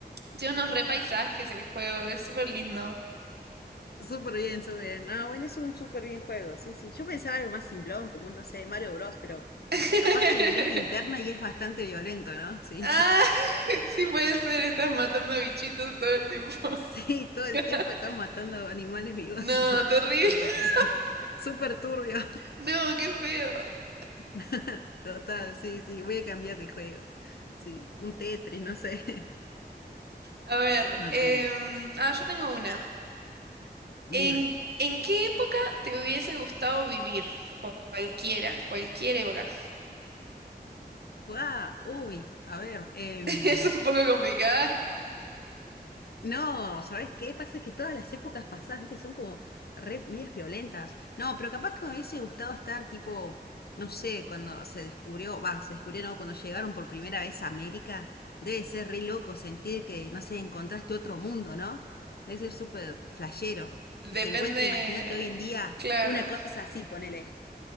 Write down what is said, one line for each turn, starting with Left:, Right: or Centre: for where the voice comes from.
Right: tiene unos re paisajes el juego, es súper lindo.
Left: Súper bien, súper bien. Ah, bueno, es un súper bien juego. Sí, sí. Yo pensaba algo más simplón, como un, no sé, Mario Bros, pero
Right: <laughs>
Left: capaz que le mirás la interna y es bastante violento, ¿no? <laughs> Sí,
Right: Ah, <laughs> sí puede ser, estás matando bichitos todo el tiempo.
Left: Sí, todo
Right: <laughs>
Left: el tiempo estás matando animales vivos.
Right: No,
Left: <laughs>
Right: terrible.
Left: Sí,
Right: <laughs>
Left: sí. Súper turbio.
Right: No, qué feo.
Left: <laughs> Total, sí, sí. Voy a cambiar de juego. Sí, un Tetris, no sé.
Right: A ver,
Left: <laughs> Horrible.
Right: em, ah, yo tengo una.
Left: Dime.
Right: ¿En, en qué época te hubiese gustado vivir? Cu- Cualquiera, cualquier época.
Left: Fua, Uy, a ver. em,
Right: <laughs> Es un poco complicada.
Left: No, ¿sabes qué? Pasa que todas las épocas pasadas, viste, son como re medias violentas. No, pero capaz que me hubiese gustado estar tipo, no sé, cuando se descubrió, va, se descubrió, no, cuando llegaron por primera vez a América, debe ser re loco sentir que, no sé, encontraste otro mundo, ¿no? Debe ser súper flashero. Que
Right: Depende,
Left: se encuentre, imagínate hoy en día,
Right: claro.
Left: una cosa así, ponele.